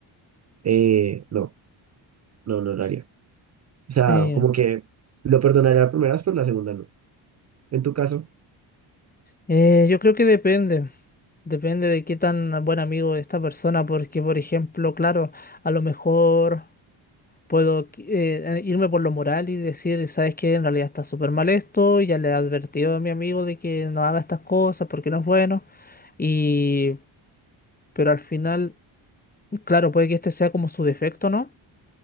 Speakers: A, on the right; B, on the left.
A: eh, no, no, no lo haría. O sea,
B: eh,
A: como que lo perdonaría la primera vez, pero la segunda no. En tu caso,
B: eh, yo creo que depende. Depende de qué tan buen amigo es esta persona, porque por ejemplo, claro, a lo mejor... Puedo eh, eh, irme por lo moral y decir, ¿sabes qué? En realidad está súper mal esto, ya le he advertido a mi amigo de que no haga estas cosas porque no es bueno. Y, pero al final, claro, puede que este sea como su defecto, ¿no?